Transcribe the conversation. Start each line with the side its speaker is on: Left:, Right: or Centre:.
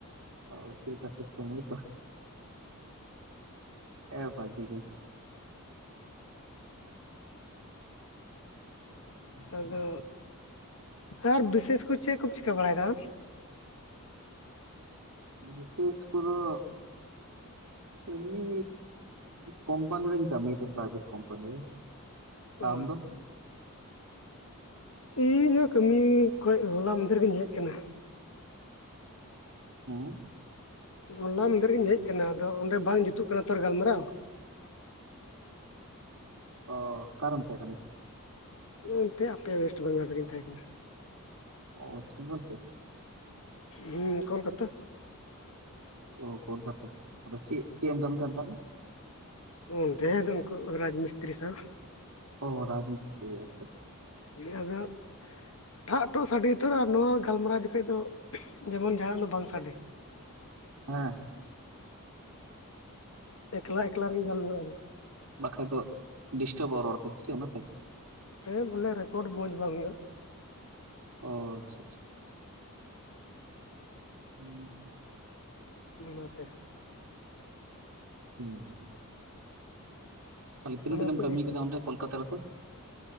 Right: ᱚ ᱪᱮᱜ ᱠᱟ ᱥᱤᱥᱴᱮᱢ ᱛᱚ ᱮ ᱵᱷᱟᱜᱤᱠ
Left: ᱟᱫᱚ ᱟᱨ ᱵᱤᱥᱮᱥ ᱠᱚ ᱪᱮᱫ ᱠᱚᱢ ᱪᱤᱠᱟᱹ ᱵᱟᱲᱟᱭᱮᱫᱟ
Right: ᱵᱤᱥᱮᱥ ᱯᱳᱨᱳ ᱮᱢᱢᱤ ᱠᱳᱢᱯᱟᱱᱤ ᱨᱮᱧ ᱠᱟᱢᱤᱭᱟ ᱡᱚᱢᱟᱹᱭᱤᱛ ᱯᱨᱟᱭᱵᱷᱮᱴ ᱠᱳᱢᱯᱟᱱᱤ ᱨᱮ
Left: ᱚ
Right: ᱟᱨ ᱟᱢ ᱫᱚ
Left: ᱤᱧᱦᱚ ᱠᱟᱹᱢᱤ ᱠᱷᱚᱡ ᱦᱚᱞᱟ ᱢᱟᱫᱮᱨ ᱜᱤᱧ ᱦᱮᱡ ᱟᱠᱟᱱᱟ
Right: ᱦᱮᱸ
Left: ᱦᱚᱞᱟ ᱢᱟᱫᱷᱮᱨ ᱨᱤᱧ ᱦᱮᱡ ᱟᱠᱟᱱᱟ ᱟᱫᱚ ᱚᱱᱰᱮ ᱵᱟᱝ ᱡᱩᱛᱩᱜ ᱠᱟᱱᱟ ᱛᱚ ᱜᱟᱞᱢᱟᱨᱟᱣ
Right: ᱚ ᱚᱠᱟᱨᱮᱢ ᱛᱟᱦᱮᱠᱟᱱᱟ
Left: ᱚᱱᱛᱮ ᱟᱯᱮ ᱚᱭᱮᱥᱴ ᱵᱟᱝᱜᱟᱞ ᱨᱮᱜᱮᱧ ᱛᱟᱦᱮ ᱠᱟᱱᱟ
Right: ᱚ ᱥᱤᱝᱜᱚᱞ ᱥᱮ
Left: ᱦᱮᱸ ᱠᱳᱞᱠᱟᱛᱟ
Right: ᱚ ᱠᱳᱞᱠᱟᱛᱟ ᱨᱮ ᱟᱫᱚ ᱪᱜ ᱪᱮ ᱮᱢ ᱠᱟᱹᱢᱤ ᱠᱟᱱ ᱛᱮᱦᱮᱱ
Left: ᱦᱩᱸ ᱛᱮᱦᱮ ᱫᱚ ᱩᱱᱠᱩ ᱨᱟᱡᱽ ᱢᱤᱥᱛᱨᱤ ᱥᱟᱶ
Right: ᱚ ᱨᱟᱡᱽ ᱢᱤᱥᱛᱤᱨᱨᱤ ᱟᱪᱪᱷᱟ ᱟᱪᱪᱷᱟ
Left: ᱱᱮ <unintelligible> ᱴᱷᱟᱜ ᱴᱷᱚᱜ ᱥᱟᱰᱮ ᱩᱛᱟᱹᱨ ᱟᱨ ᱱᱚᱣᱟ ᱜᱟᱞᱢᱟᱨᱟᱣ ᱡᱩᱠᱷᱟᱹᱡ ᱫᱚ ᱡᱮᱢᱚᱱ ᱡᱟᱦᱟᱱᱟᱜ ᱫᱚ ᱵᱟᱝ ᱥᱟᱰᱮ
Right: ᱦᱮᱸ
Left: ᱮᱠᱞᱟ ᱮᱠᱞᱟ ᱨᱮᱜᱮ ᱜᱟᱞᱢᱟᱨᱟᱣ
Right: ᱵᱟᱠᱷᱨᱟ ᱫᱚᱚ ᱰᱤᱥᱴᱵ-ᱟ ᱨᱚᱬᱛᱮ ᱥᱮᱪᱮᱫ ᱚᱱᱟᱛ
Left: ᱦᱮᱸ ᱵᱚᱞᱮ ᱨᱮᱠᱚᱨᱰ ᱢᱚᱸᱡᱽ ᱵᱟᱝ ᱦᱩᱭᱩᱜᱼᱟ
Right: ᱚ ᱟᱪᱪᱷᱟ ᱟᱪᱪᱷᱟ ᱦᱩᱸ
Left: ᱚᱱᱟᱛᱮ
Right: ᱦᱩᱸ ᱛᱟᱦᱮᱞᱮ ᱛᱤᱱᱟᱹᱜ
Left: ᱚᱱᱟᱛᱮ
Right: ᱫᱤᱱᱮᱢ ᱠᱟᱹᱢᱤ ᱜᱮᱫᱟᱚᱰᱮ ᱠᱳᱞᱠᱟᱛᱟ ᱨᱮᱫᱚ